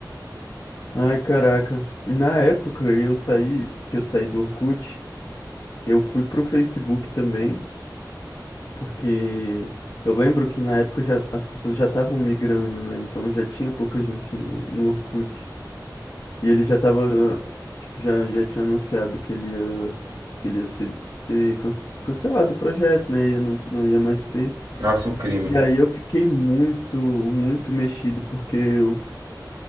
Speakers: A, on the left; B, on the right.
A: Ai, caraca. Na época eu saí, que eu saí do Orkut, eu fui pro Facebook também, porque eu lembro que na época já, as pessoas já estavam migrando, né? Então já tinha pouca gente no, no Orkut. E ele já tava, tipo, já, já tinha anunciado que ele ia, que ele ia ser, ser cance- cancelado o projeto, né? Ia, não, não ia mais ter.
B: Nossa, um crime.
A: E aí eu fiquei muito, muito mexido, porque o,